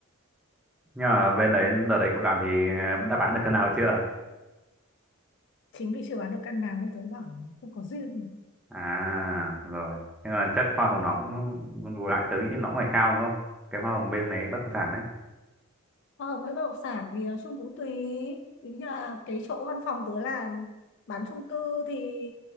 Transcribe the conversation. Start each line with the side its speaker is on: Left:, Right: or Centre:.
Centre: nhưng mà bên đấy đợt đấy cậu làm thì ờ, đã bán được cân nào chưa
Left: chính vì chưa bán được căn nào nên tớ bảo là không có duyên
Centre: à rồi nhưng mà chắc hoa hồng nó cũng bù lại tớ nghĩ nó cũng phải cao đúng không cái hoa hồng bên đấy bất động sản ấy
Left: hoa hồng với bất động sản thì nói chung cũng tùy ví như là cái chỗ văn phòng tớ làm bán chung cư thì